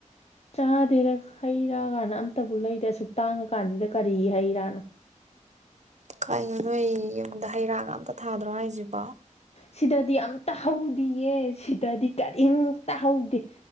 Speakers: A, on the left; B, on the right.
A: ꯆꯥꯗꯦꯗ ꯍꯩꯔꯀꯥꯟꯗ ꯑꯝꯇꯕꯨ ꯂꯩꯗꯦ ꯑꯁꯨꯛ ꯇꯥꯡꯉ ꯀꯥꯟꯁꯤꯗ ꯀꯔꯤꯒꯤ ꯍꯩꯔꯥꯅꯣ
B: ꯀꯩꯅꯣ ꯅꯣꯏ ꯌꯨꯝꯗ ꯍꯩ ꯔꯥ ꯑꯝꯇ ꯊꯥꯗ꯭ꯔꯣ ꯍꯥꯏꯁꯤꯕ
A: ꯁꯤꯗꯗꯤ ꯑꯇ ꯍꯧꯗꯤꯌꯦ ꯁꯤꯗꯗꯤ ꯀꯔꯤꯝꯇ ꯍꯧꯗꯦ